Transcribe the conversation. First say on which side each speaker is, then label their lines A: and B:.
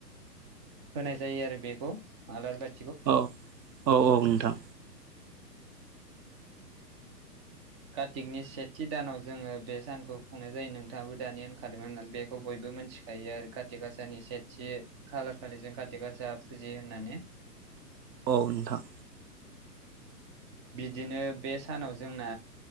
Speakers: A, on the right; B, on the right.
A: होनाय जायो आरो बेखौ आलार बा
B: औ औ औ नोंथां
A: कार्तिकनि सेथि दानाव जोङो बे सानखौ खुंनाय जायो नोंथाङाबो दानि होनखादोंमोन होननानै बेखौ बयबो बो मिथिखायो आरो काथि गाासानि सेथि खालार खालिजों काति गासा फुजियो होननानै
B: औ नोंथां
A: बिदिनो बे सानाव जोंना